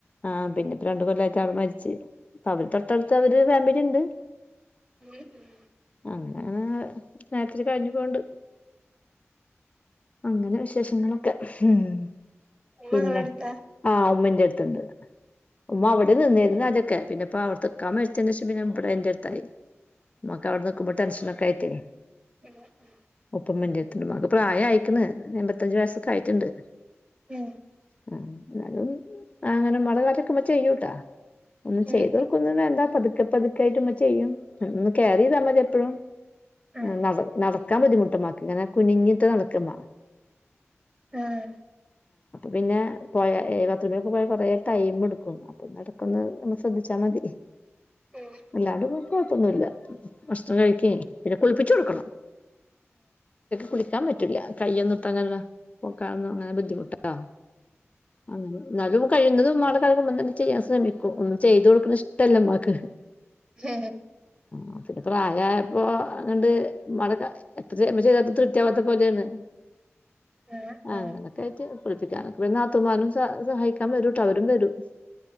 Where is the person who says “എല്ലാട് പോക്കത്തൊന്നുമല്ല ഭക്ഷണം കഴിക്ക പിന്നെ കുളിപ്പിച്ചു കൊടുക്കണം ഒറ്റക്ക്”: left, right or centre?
Left